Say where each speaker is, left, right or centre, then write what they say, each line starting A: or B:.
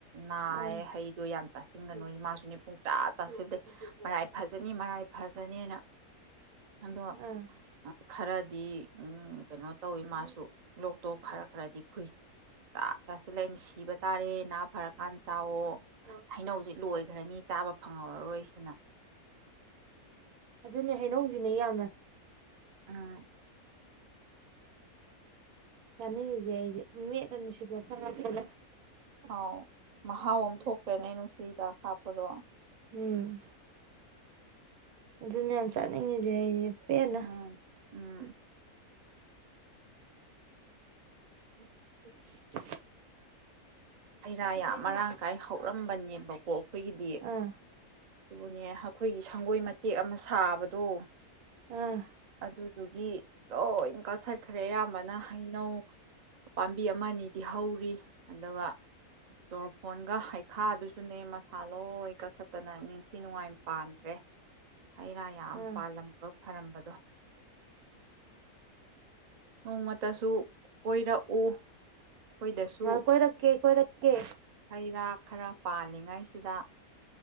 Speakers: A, on the right; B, on the right.
A: ꯅꯥꯑꯌꯦ
B: ꯎꯝ
A: ꯍꯩꯗꯨ ꯌꯥꯝ ꯆꯥꯁꯤꯟꯗꯅꯣꯏ ꯃꯥꯁꯨꯅꯦ ꯄꯨꯡ ꯆꯥ ꯆꯥꯁꯤꯜꯂꯤꯦ ꯃꯔꯥꯏ ꯐꯖꯅꯤ ꯃꯔꯥꯏ ꯐꯖꯅꯤꯅ ꯑꯗꯣ
B: ꯑꯥ
A: ꯈꯔꯗꯤ ꯀꯩꯅꯣ ꯇꯧꯋꯤ ꯃꯥꯁꯨ ꯂꯣꯛꯇꯣ ꯈꯔ ꯈꯔꯗꯤ ꯈꯨꯨꯏ ꯆ ꯆꯥꯁꯤꯂꯅ ꯁꯤꯕ ꯇꯥꯔꯦ ꯅꯥ ꯐꯔꯀꯥꯟꯗ ꯆꯥꯎꯋꯣ ꯍꯩꯅꯧꯁꯤ ꯂꯣꯏꯈ꯭ꯔꯅꯤ ꯆꯥꯕ ꯐꯪꯍꯧꯔꯔꯣꯏ ꯁꯤꯅ
B: ꯑꯗꯨꯅꯦ ꯍꯩꯅꯧꯁꯤꯅꯦ ꯌꯥꯝꯅ
A: ꯑꯝ
B: ꯆꯅꯤꯡꯖꯦ ꯑꯩꯗꯤ ꯃꯦꯠꯂꯥ ꯅꯨꯡꯁꯤ ꯍꯤꯗꯥꯛ ꯀꯥ ꯍꯥꯞꯄꯒ
A: ꯑ ꯃꯍꯥꯎ ꯑꯃ ꯊꯣꯛꯇ꯭ꯔꯦꯅꯦ ꯅꯨꯡꯁꯤꯗ ꯍꯥꯞꯄꯗꯣ
B: ꯎꯝ ꯑꯗꯨꯅ ꯌꯥꯝ ꯆꯥꯅꯤꯡꯉꯤꯁꯦ ꯑꯩꯁꯦ ꯄꯦꯟꯅ
A: ꯎꯝ ꯎꯝ ꯎꯝ
B: <inaudible>
A: ꯍꯩꯔꯥ ꯌꯥꯝ ꯃꯔꯥꯡ ꯀꯥꯏ ꯍꯧꯔꯝꯕꯅꯦꯕꯀꯣ ꯑꯩꯈꯣꯏꯒꯤꯗꯤ
B: ꯑꯥ
A: ꯑꯗꯨꯕꯨꯅꯦ ꯑꯩꯈꯣꯏꯒꯤ ꯁꯪꯒꯣꯏ ꯃꯇꯦꯛ ꯑꯃ ꯁꯥꯕꯗ ꯇꯣ
B: ꯑꯥ
A: ꯑꯗꯨꯗꯨꯒꯤ ꯂꯣꯏ ꯀꯛꯊꯠꯈ꯭ꯔꯦ ꯑꯌꯥꯝꯕꯅ ꯍꯩꯅꯧ ꯄꯥꯝꯕꯤ ꯑꯃ ꯑꯅꯤꯗꯤ ꯍꯧꯔꯤ ꯑꯗꯨꯒ ꯆꯣꯔꯐꯣꯟꯒ ꯍꯩꯈꯥꯗꯨꯁꯨꯅꯦ ꯃꯁꯥ ꯂꯣꯏ ꯀꯛꯊꯠꯇꯅ ꯅꯤꯡꯊꯤ ꯅꯨꯡꯉꯥꯏ ꯄꯥꯟꯗ꯭ꯔꯦ ꯍꯩ ꯔꯥ ꯌꯥꯝ
B: ꯑꯥ
A: ꯄꯥꯜꯂꯝꯕ ꯐꯔꯝꯕꯗ ꯗꯣ ꯅꯣꯡꯃꯇꯁꯨ ꯀꯣꯏꯔꯛꯎ ꯑꯩꯈꯣꯏꯗꯁꯨ
B: ꯉꯥ ꯀꯣꯏꯔꯛꯀꯦ ꯀꯣꯏꯔꯛꯀꯦ
A: ꯍꯩ ꯔꯥ ꯈꯔ ꯄꯥꯜꯂꯤꯉꯥꯏꯁꯤꯗ